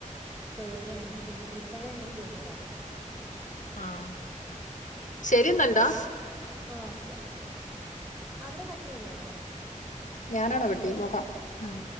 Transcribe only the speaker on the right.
പേടിയാണ് നമുക്ക് ജീവിക്കാൻ ഭയങ്കര പേടിയെക്കാരം
ആഹ് ഓക്കെ അവിടെ കട്ട് ചെയ്യാണോ